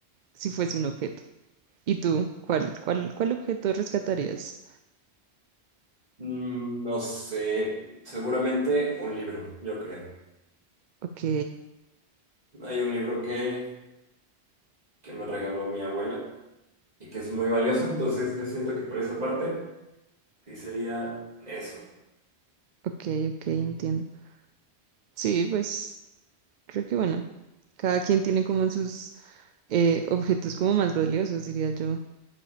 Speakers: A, on the right (about 55°); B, on the right (about 40°).
A: si fuese un objeto. ¿Y tú, cuál, cuál, cuál objeto rescatarías?
B: Mm, No sé, seguramente un libro, yo creo.
A: Ok,
B: Hay un libro que, que me regaló mi abuela y que es muy valioso, entonces yo siento que por esa parte sí sería eso.
A: ok, ok, entiendo. Sí, pues creo que bueno, cada quien tiene como sus eh, objetos como más valiosos, diría yo.